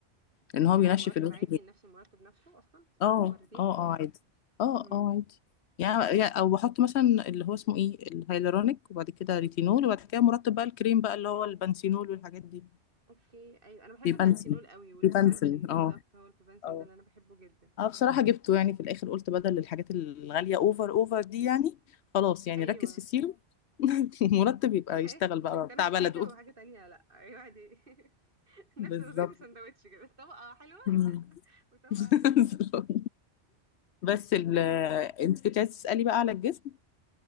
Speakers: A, on the right (about 50°); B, on the left (about 70°).
A: نفس
B: لان هو
A: نوع
B: بينشف
A: المرطب
B: الوش
A: عادي نفس المرطب نفسه اصلا استخدمه
B: اه
A: مرتين
B: اه اه عادي اه
A: امم
B: اه عادي يعني يعني- او بحط مثلا اللي هو اسمه ايه الهيالورونيك وبعد كده ريتينول وبعد كده مرطب بقى الكريم بقى اللي هو البنسينول والحاجات دي
A: اوكي ايوه انا بحب
B: بيبنسل
A: البنسينول قوي والبيبانسين
B: بيبنسل
A: بالظبط
B: اه
A: هو البيبانسين
B: اه
A: ده اللي انا بحبه جدا
B: اه بصراحة جبته يعني في الاخر قلت بدل الحاجات الغالية اوفر اوفر دي يعني خلاص يعني
A: ايوه
B: ركز في السيرم <laughs> مرتب يبقى
A: <laughs>
B: يشتغل بقى
A: نهتم
B: بتاع
A: بحاجة
B: بلده
A: وحاجة تانية لأ أيوة دي <laughs> نفس
B: بالظبط
A: نظرية السندوتش كده طبقة حلوة
B: مم.
A: <laughs> وطبقة
B: <laughs>
A: عادية
B: بالظبط. بس ال...
A: أيوة
B: انت كنت عايز تسألي بقى على الجسم